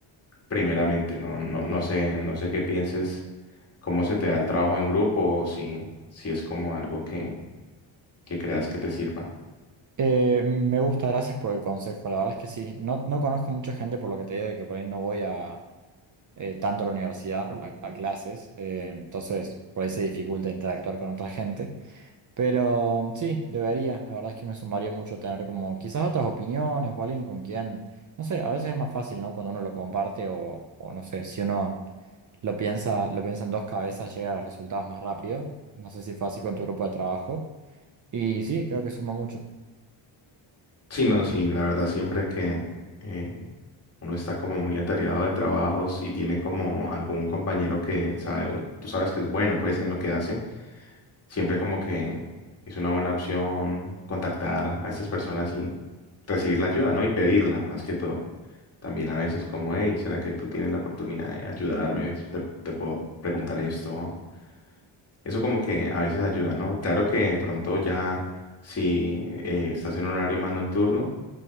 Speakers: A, on the left; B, on the right.
A: primeramente. No, no, no sé, no sé qué pienses, cómo se te da el trabajo en grupo o si, si es como algo que, que creas que te sirva.
B: Eh, me gusta, gracias por el consejo, la verdad es que sí, no, no conozco mucha gente por lo que te digo de que por ahí no voy a eh, tanto a la universidad, a, a clases, eh, entonces por ahí se dificulta interactuar con otra gente, pero mm, sí, debería, la verdad es que me sumaría mucho tener como quizás otras opiniones o alguien con quien, no sé, a veces es más fácil, ¿no? Cuando uno lo comparte o, o no sé, si uno lo piensa, lo piensa en dos cabezas, llega a los resultados más rápido, no sé si fue así con tu grupo de trabajo, y sí, creo que suma mucho.
A: Sí, no, sí, la verdad siempre que eh, uno está como muy atareado de trabajos y tiene como algún compañero que sabe, o tú sabes que es bueno pues en lo que hace. siempre como que es una buena opción contactar a estas personas y recibir la ayuda, ¿no? Y pedirla, más que todo. También a veces como, hey, ¿será que tú tienes la oportunidad de ayudarme? Es- ¿Te, te puedo preguntar esto? Eso como que a veces ayuda, ¿no? Claro que de pronto ya si eh, estás en un horario más nocturno,